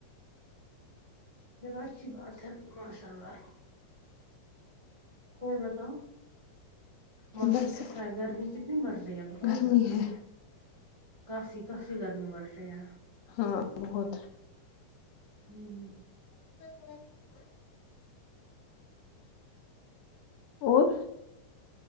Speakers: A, on the right; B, on the left.
A: چل اچھی بات ہے ماشاء اللہ اور بتاؤ موسم
B: بس
A: کیسا ہے گرمی کتنی بڑھ رہی رہی ہیں بہت
B: گرمی
A: زیاد
B: ہے
A: کافی کافی گرمی بڑھ رہی ہے
B: ہاں بہت
A: ہوں
B: <unintelligible> اور